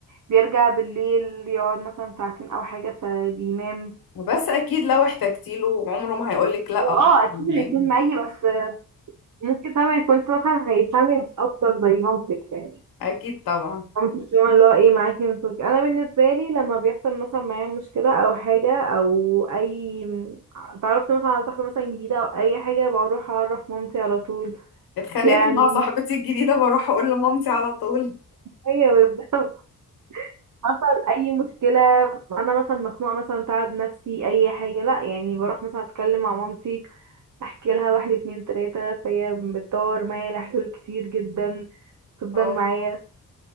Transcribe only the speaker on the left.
بس أكيد لو احتجتيله عمره ما هيقولك لأ
يعني
<laughs> أكيد طبعا
اتخانقت
مع صاحبتي الجديدة بروح اقول لمامتي على طول
اه